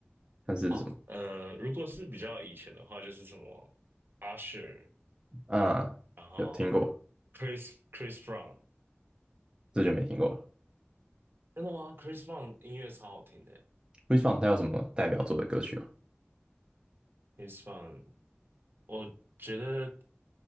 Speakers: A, on the right; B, on the right.
A: 像是什么？
B: 哦，呃，如果是比较以前的话，就是什么 Usher，
A: 啊，
B: 然后
A: 有听过，
B: Chris Chris Brown，
A: 这就没听过了。
B: 真的吗？Chris Brown 音乐超好听的
A: Chris Brown 他有什么代表作的歌曲吗？
B: ，Chris Brown，我觉得